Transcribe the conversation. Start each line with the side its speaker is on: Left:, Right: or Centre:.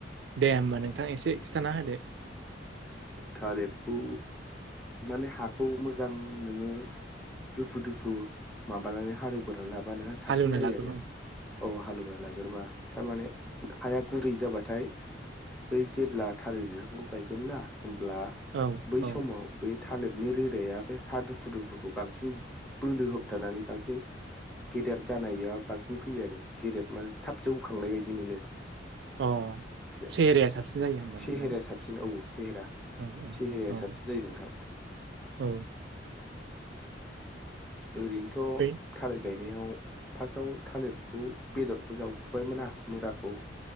Right: दे होमबा नोंथां एसे जानाल <unintelligible>
Centre: थालिरखौ माने हाखौ मोजां नोङो। दुफु दुफु माबानानै हालेव ग्रोनानै लाबानो साबसिन
Right: हालेवना
Centre: जायो
Right: लाग्रोनांगौ
Centre: आरो। औ हालवा लाग्रोबा थारमाने हाया गुरै जाबाथाय। बै जेब्ला थालिर बिफांखौ गायगोन ना होब्ला
Right: औ
Centre: बै
Right: औ
Centre: समाव बे थालिरनि रोदाया बे हा दुफु दुफुखौ बांसिन बोलो होबथानानै बांसिन गेदेर जानाया बांसिन फैयो आरो गेदेर माने थाब जौखांनाय बायदि मोनो।
Right: अ
Centre: बे
Right: सेहेराया साबसिन जायो होमबाना
Centre: सेहेराया
Right: ना
Centre: साबसिन औ सेहेरा।
Right: औ औ
Centre: सेेहेराया
Right: औ
Centre: साबसिन जायो नोंथां।
Right: औ
Centre: ओरैनोथ'
Right: बै
Centre: थालिर गायो बेयाव फासाव थालिरखौ बेदरखौ जावखुबाय मोना मुराखौ।